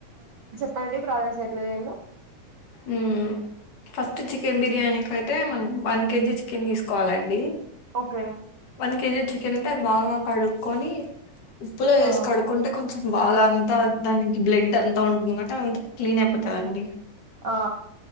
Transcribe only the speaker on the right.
ప్పండి ప్రాసెస్ ఎట్లా చేయలో
ఓకే
ఆ
ఆ